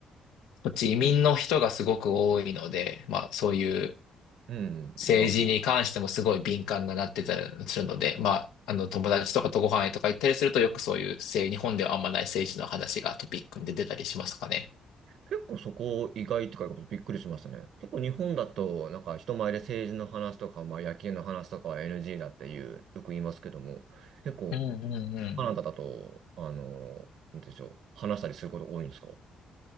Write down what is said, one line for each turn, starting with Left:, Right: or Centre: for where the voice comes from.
Left: こっち移民の人がすごく多いので、まあ、そういう、
Right: うん。
Left: 政治に関してもすごい敏感になってたりするので、
Right: まあ、
Left: まあ、あの、友達とかとご飯へとか行ったりすると、よくそういう政、日本ではあんまない政治の話がトピックで出たりしますかね。
Right: 結構そこ意外とかいうことびっくりしましたね。結構日本だと、なんか人前で政治の話とか、まあ野球の話とかは NG だっていう、よく言いますけども、結構
Left: うんうんうん。
Right: カナダだと、あの、なんて言うんでしょう、話したりすること多いんですか